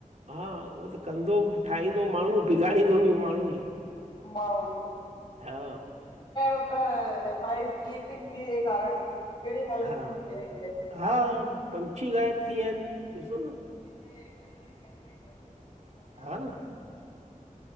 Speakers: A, on the right; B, on the left.
A: हा उहो त कंदो, ठाहींदो माण्हू बिगाड़ींदो बि माण्हू ई।
B: माने
A: हा
B: <unintelligible> फाइव जीअ जे कारण केङि हालत
A: हा
B: थी वई आ इंडिया जी।
A: हा पंछी गायब थी विया आहिन ॾिसो न।
B: की टाइट <inaudible>
A: हा न